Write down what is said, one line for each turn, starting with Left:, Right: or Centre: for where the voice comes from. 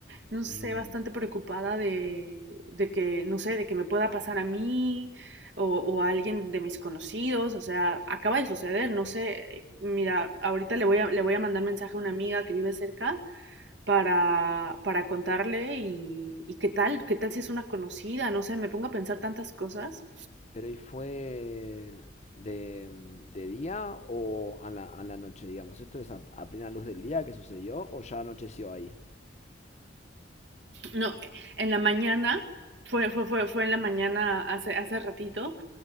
Right: no sé,
Left: mm.
Right: bastante preocupada de, de que, no sé, de que me pueda pasar a mí o, o a alguien de mis conocidos, o sea, acaba de suceder, no sé, mira, ahorita le voy a, le voy a mandar mensaje a una amiga que vive cerca para, para contarle y, y qué tal, qué tal si es una conocida, no sé, me pongo a pensar tantas cosas.
Left: Pero ¿y fue de, de día o a la, a la noche, digamos? ¿Esto es a, a plena luz del día que sucedió o ya anocheció ahí?
Right: No, eh, en la mañana, fue, fue, fue, fue en la mañana hace, hace ratito,